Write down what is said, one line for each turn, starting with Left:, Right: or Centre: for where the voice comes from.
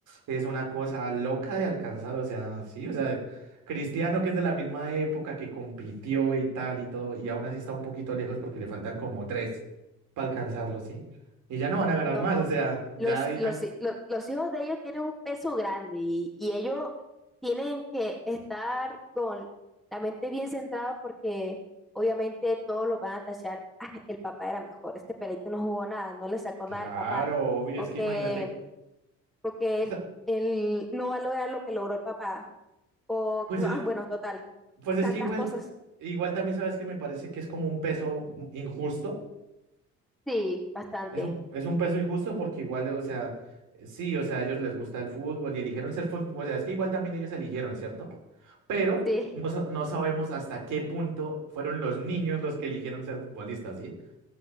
Right: es una cosa loca de alcanzar, o sea, sí, o sea, Cristiano que es de la misma época que compitió y tal y todo, y aún así está un poquito lejos porque le faltan como tres para alcanzarlo, ¿sí? Y ya no van a ganar
Centre: No,
Right: más, o sea, ya
Centre: los,
Right: ahí
Centre: los,
Right: la...
Centre: hi- lo- los hijos de ellos tienen un peso grande y, y ellos tienen que estar con la mente bien centrada porque obviamente todos lo van a tachar. "Ah, el papá era mejor, este pelito no jugó nada, no le sacó
Right: Claro,
Centre: nada al papá.
Right: obvio,
Centre: O
Right: es que
Centre: que,
Right: imagínate,
Centre: porque
Right: o
Centre: él,
Right: sea,
Centre: él no va a lograr lo que logró el papá. O,
Right: pues,
Centre: no,
Right: eh,
Centre: ah, bueno, total,
Right: pues es
Centre: tantas
Right: que igual,
Centre: cosas.
Right: igual también sabes que me parece que es como un peso injusto.
Centre: Sí, bastante.
Right: Es un, es un peso injusto porque igual, o sea, sí, o sea, a ellos les gusta el fútbol y eligieron ser fútbol, o sea, es que igual también ellos eligieron, ¿cierto? Pero
Centre: Sí,
Right: no, sa- no sabemos hasta qué punto fueron los niños los que eligieron ser futbolistas, ¿sí?